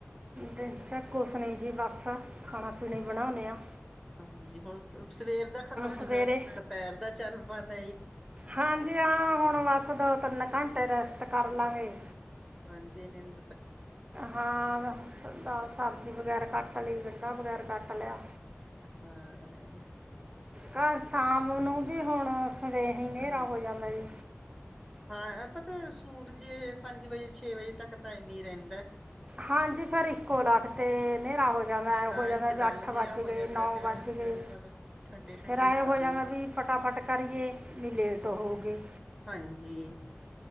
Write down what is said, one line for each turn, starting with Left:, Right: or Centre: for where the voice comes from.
Right: ਦਿਨ ਚ ਕੁਛ‌ ਨਹੀਂ ਜੀ ਬਸ, ਖਾਣਾ ਖੁਣਾ ਈ ਬਣਾਉਣੇ ਆਂ
Centre: ਹਾਂਜੀ ਹੁਣ ਸਵੇਰ ਦਾ ਖਤਮ ਹੁੰਦਾ
Right: ਸਵੇਰੇ
Centre: ਦੁਪਹਿਰ ਦਾ ਚੱਲ ਪਾਉਂਦਾ
Right: ਹਾਂਜੀ ਹਾਂ, ਹੁਣ ਬਸ ਦੋ ਤਿੰਨ ਘੰਟੇ ਰੈਸਟ ਕਰ ਲਾਂਗੇ
Centre: ਹਾਂਜੀੇ ਨੀਂਦ
Right: ਹਾਂ ਦਾ ਸਬਜ਼ੀ ਵਗੈਰਾ ਕੱਟ ਲਈ ਗੰਢਾ ਵਗੈਰਾ ਕੱਟ ਲਿਆ
Centre: ਹਾਂ
Right: ਹਾਂ ਸ਼ਾਮ ਨੂੰ ਵੀ ਹੁਣ ਸੁਦੇਹੇ ਹਨੇਰਾ
Centre: ਹਾਂਜੀ
Right: ਹੋ ਜਾਂਦਾ ਜੀ
Centre: ਹਾਂ ਪਤਾ ਸੂਰਜ ਪੰਜ ਵਜੇ ਛੇ ਵਜੇ ਤੱਕ ਤਾਂ ਐਵੇਂ ਹੀ ਰਹਿੰਦਾ
Right: ਹਾਂਜੀ ਫਿਰ ਇੱਕੋ ਲੱਗ ਤੇ ਹਨੇਰਾ ਹੋ‌ ਜਾਂਦਾਏ
Centre: ਹਾਂ
Right: ਹੋ ਜਾਂਦਾ
Centre: ਇੱਕਦਮ
Right: ਵੀ ਅੱਠ
Centre: ਹਨੇਰਾ
Right: ਵੱਜ ਗਏ
Centre: ਹੋ ਜਾਂਦਾ
Right: ਨੌ
Centre: ਫਿਰ
Right: ਵੱਜ
Centre: ਐ ਹੁੰਦਾ
Right: ਗਏ,
Centre: ਵੀ ਚੱਲ ਠੰਡੇ ਠੰਡੀ
Right: ਫੇਰ ਐਂ
Centre: ਕਰ
Right: ਹੋ ਜਾਂਦਾ
Centre: ਲਈ
Right: ਵੀ ਫਟਾਫਟ ਕਰੀਏ ਵੀ ਲੇਟ ਹੋ ਗਏ
Centre: ਹਾਂਜੀ